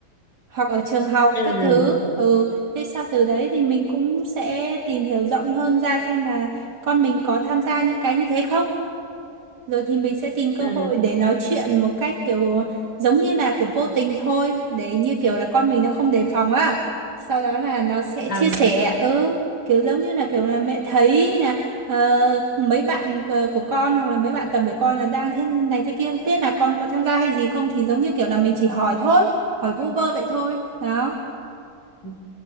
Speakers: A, on the right; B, on the left.
A: hoặc ở trường học
B: ừ
A: các thứ ừ thế sau từ đấy thì mình cũng sẽ tìm hiểu rộng hơn ra xem là con mình có tham gia những cái như thế không rồi thì mình sẽ tìm cơ
B: ừ
A: hội để nói chuyện một cách kiểu giống như là kiểu vô tình thôi để như kiểu là con mình nó không đề phòng á sau đó là nó sẽ
B: à,
A: chia sẻ ừ kiểu giống như là kiểu là mẹ thấy là ờ, mấy bạn của của con hoặc là mấy bạn tầm tuổi con là đang thế này thế kia không biết là con có tham gia hay gì không thì giống như kiểu là mình chỉ hỏi thôi hỏi vu vơ vậy thôi đó
B: ừ.